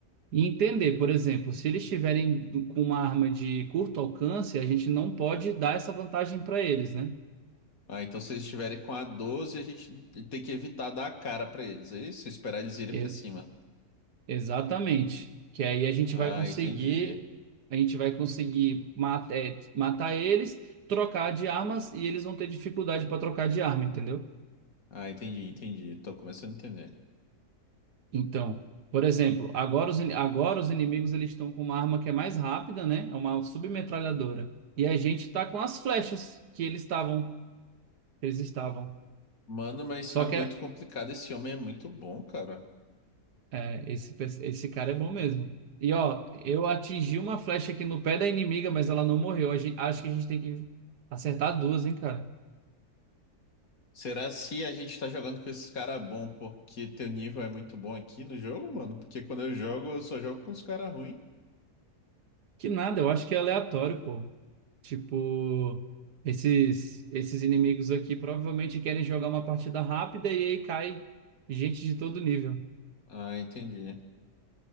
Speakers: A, on the right; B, on the left.
A: e entender, por exemplo, se eles estiverem do- com uma arma de curto alcance, a gente não pode dar essa vantagem para eles, né?
B: Ah, então se eles estiverem com a 12 a gente tem que evitar dar a cara pra eles, é isso? Esperar eles irem
A: E-
B: pra cima.
A: exatamente. Que aí a gente
B: Ah,
A: vai conseguir,
B: entendi.
A: a gente vai conseguir ma- é, matar eles, trocar de armas e eles vão ter dificuldade para trocar de arma, entendeu?
B: Ah, entendi, entendi. Tô começando a entender.
A: Então, por exemplo, agora os, in- agora os inimigos eles estão com uma arma que é mais rápida, né? É uma submetralhadora. E a gente tá com as flechas que eles estavam, que eles estavam.
B: Mano, mas
A: Só
B: tá muito
A: que é,
B: complicado. Esse homem é muito bom, cara.
A: é, esse, pe- esse cara é bom mesmo. E ó, eu atingi uma flecha aqui no pé da inimiga, mas ela não morreu. A gen- acho que a gente tem que acertar duas, hein, cara?
B: Será se a gente tá jogando com esses caras bom porque teu nível é muito bom aqui no jogo, mano? Porque quando eu jogo, eu só jogo com os caras ruins.
A: Que nada, eu acho que é aleatório, pô. Tipo, esses esses inimigos aqui provavelmente querem jogar uma partida rápida e aí cai gente de todo nível.
B: Ah, entendi.